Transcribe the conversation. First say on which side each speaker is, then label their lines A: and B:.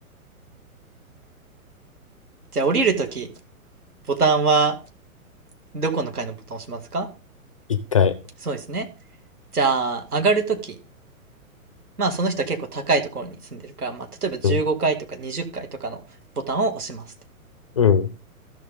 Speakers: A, on the right (about 85°); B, on the left (about 25°).
A: じゃあ降りるとき、ボタンはどこの階のボタンを押しますか
B: 一回。
A: そうですね。じゃあ、上がるとき、まあその人は結構高いところに住んでるから、まあ例えば15階とか20階とかのボタンを押しますって。
B: うん。うん。